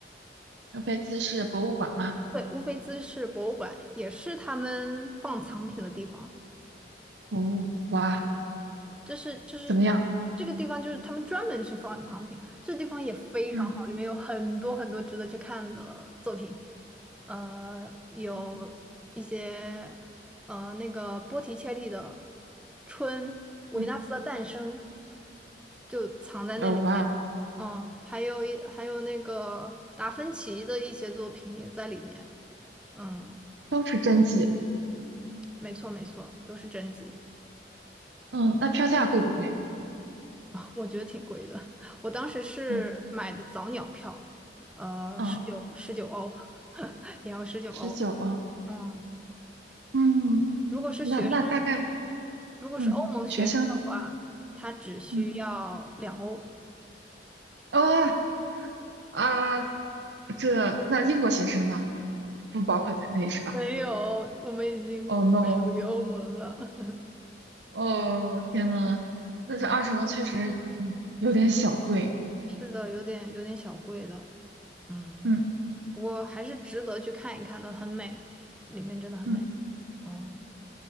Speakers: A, on the right (about 75°); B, in the centre.
A: 这飞机是博物馆吗？
B: 对，乌菲兹是博物馆，也是他们放藏品的地方。
A: 哦，哇，
B: 就是就是
A: 怎么样？
B: 这个地方就是他们专门去放藏品，这地方也非常好，
A: 嗯
B: 里面有很多很多值得去看的作品，呃，有一些呃那个波提切利的
A: 嗯
B: 《春》维纳斯的诞生
A: 嗯，
B: 就藏在那里面，
A: 哦，哇哦，
B: 嗯，还有一还有那个达芬奇的一些作品也在里面，嗯，
A: 都是真迹。
B: 没错没错，都是真迹。
A: 嗯，那票价贵不贵？
B: 我觉得挺贵的。我当时是买的早鸟票，
A: 嗯
B: 呃，
A: 哦，
B: 十九十九欧，<laughs> 也要十九欧。
A: 十九哦，
B: 嗯，
A: 嗯，
B: 如果是学生，
A: 那那大概，
B: 如果是欧盟学生的话，
A: 嗯，学生，
B: 他只需要两欧。
A: 嗯，哦啊，这那英国学生呢？不包括在内是吧？
B: 没有，我们已经不属于欧盟了。
A: 哦 no，
B: <laughs>
A: 哦天呐，那这二十欧确实，嗯，有点小贵。
B: 是的，有点有点小贵的，嗯，
A: 嗯
B: 不过还是值得去看一看的，很美，里面真的很美。
A: 嗯。
B: 嗯。